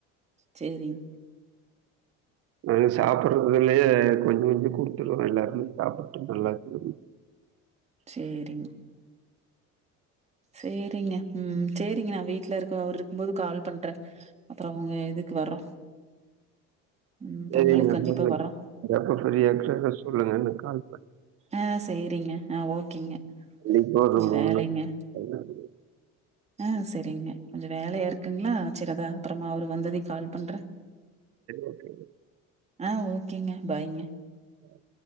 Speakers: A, on the right (about 20°); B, on the right (about 50°).
A: சேரிங்
B: நாங்க சாப்புடுறதுலயே கொஞ்ச குடுத்துடுவோ எல்லாருமே சாப்புட்டு நல்லாதுன்னு
A: சேரிங் சேரிங்க ம் சேரிங்க நா வீட்டல இருக்க அவரு இருக்கும் போது கால் பண்றே அப்புற உங்க இதுக்கு வர்றோ ம்
B: சரிங்க
A: பொங்கலுக்கு கண்டிப்பா
B: நீங்க <unintelligible>
A: வர்றோ
B: நீங்க எப்போ ஃப்ரீயா ஆச்சன்னா சொல்லுங்க எனக்கு கால் பண்
A: ஆ சேரிங்க ஆ ஓகேங்க
B: இன்னைக்கு ஒரு
A: கொஞ்ச வேலைங்க
B: நாள்
A: ஆ செரிங்க கொஞ்ச வேலையா இருக்குங்களா சிறகா அப்புறமா அவரு வந்ததை கால் பண்றே
B: ஓகே
A: ஆ ஓகேங்க பாய்ங்க
B: பாய்